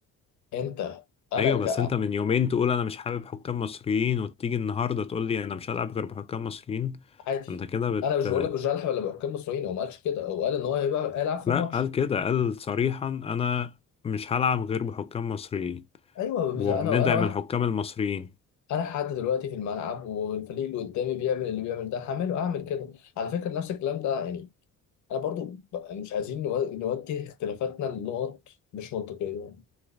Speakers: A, on the left (about 60°); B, on the left (about 20°).
A: انت انا
B: ايوه
A: ك
B: بس انت من يومين تقول انا مش حابب حكام مصريين وتيجي النهارده تقول لي انا مش هلعب غير بحكام مصريين
A: عادي
B: انت كده بت
A: انا مش بقول لك مش هلعب الا بحكام مصريين هو ما قالش كده هو قال ان هو هيبقى هيلعب في
B: لا
A: الماتش
B: قال كده قال صريحا انا مش هلعب غير بحكام مصريين
A: ايوه
B: وبندعم
A: انا انا واحد
B: الحكام المصريين
A: انا حد دلوقتي في الملعب والفريق اللي قدامي بيعمل اللي بيعمل ده هعمله اعمل كده على فكره نفس الكلام ده يعني انا برضو ب- يعني مش عايزين نو- نوجه اختلافاتنا لنقط مش منطقيه يعني.